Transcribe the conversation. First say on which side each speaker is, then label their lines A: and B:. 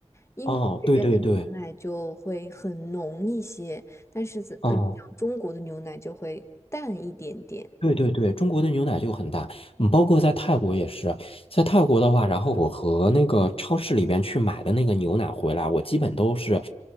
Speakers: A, on the left; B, on the left.
A: 英国这边的牛奶就会很浓一些，
B: 哦，对对对，
A: 但是在嗯，
B: 哦。
A: 像中国的牛奶就会淡一点点。
B: 对对对，中国的牛奶就很大，嗯，包括在泰国也是，在泰国的话，然后我和那个超市里边去买的那个牛奶回来，我基本都是